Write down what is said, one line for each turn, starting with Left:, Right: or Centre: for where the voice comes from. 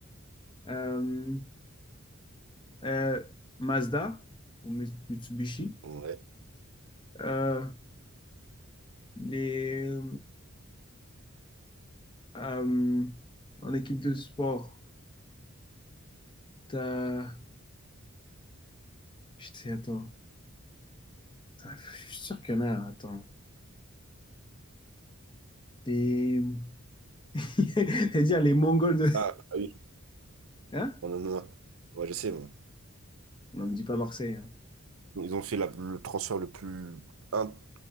Left: Euh, euh, Mazda ou Mi- Mitsubishi?
Right: Ouais.
Left: Euh, les, euh, en équipe de sport, t'as... Putain, attends. Putain, Je suis sûr qu'il y en a, attends. Les... <laughs> C'est-à-dire les Mongols de...
Right: Ah, ah oui.
Left: Hein?
Right: Non, non, non. non. Ouais, je sais, moi.
Left: Non, ne dis pas Marseille. hein.
Right: Ils ont fait la- le transfert le plus in-